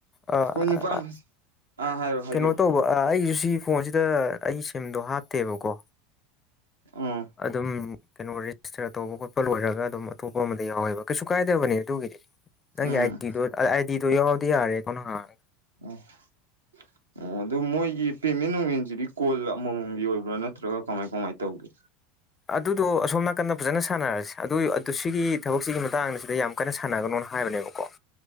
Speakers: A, on the left; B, on the right.
A: ꯑꯥ
B: ꯑꯩꯈꯣꯏ ꯅꯨꯄꯥ ꯑꯃ ꯑꯥ ꯍꯥꯏꯔꯣ ꯍꯥꯏꯕꯤꯔꯛꯑꯣ
A: ꯀꯩꯅꯣ ꯇꯧꯕ ꯑꯥ ꯑꯩꯖꯨ ꯁꯤ ꯐꯣꯟꯁꯤꯗ ꯑꯩ ꯁꯤꯝꯗꯣ ꯍꯥꯞꯇꯦꯕꯀꯣ
B: ꯎꯝ
A: ꯑꯗꯨꯝ ꯀꯩꯅꯣ ꯑꯣꯏ ꯔꯦꯁꯇꯔ ꯇꯧꯕ ꯈꯣꯠꯄ ꯂꯣꯏꯔꯒ ꯑꯗꯨꯝ ꯑꯇꯣꯞꯄ ꯑꯃꯥꯗ ꯌꯥꯎꯋꯦꯕ ꯀꯩꯁꯨ ꯀꯥꯏꯗꯕꯅꯦ ꯑꯗꯨꯒꯤꯗꯤ ꯅꯪꯒꯤ
B: ꯎꯝ
A: ꯑꯥꯏꯇꯤꯗꯣ ꯑꯥꯏꯗꯤꯗꯣ ꯌꯥꯎꯔꯗꯤ ꯌꯥꯔꯦ ꯑ‌ꯦꯀꯋꯥꯟ ꯍꯥꯡ
B: <unintelligible> ꯑꯗꯨ ꯃꯣꯏꯒꯤ ꯄꯦꯃꯦꯟ ꯅꯨꯡꯃꯦꯟꯖꯤꯗꯤ ꯀꯣꯜ ꯑꯃꯃꯝꯒꯤ ꯑꯣꯏꯕ꯭ꯔꯥ ꯅꯠꯇ꯭ꯔꯒ ꯀꯃꯥꯏ ꯀꯃꯥꯏ ꯇꯧꯒꯦ
A: ꯑꯗꯨꯗꯣ ꯑꯁꯣꯝ ꯅꯥꯀꯟꯗ ꯐꯖꯅ ꯁꯥꯟꯅꯔꯁꯦ ꯑꯗꯨꯏ ꯑꯗꯨ ꯁꯤꯒꯤ ꯊꯕꯛꯁꯤꯒꯤ ꯃꯇꯥꯡꯁꯤꯗ ꯌꯥꯝ ꯀꯟꯅ ꯁꯥꯅꯒꯅꯣꯅ ꯍꯥꯏꯕꯅꯦꯕꯀꯣ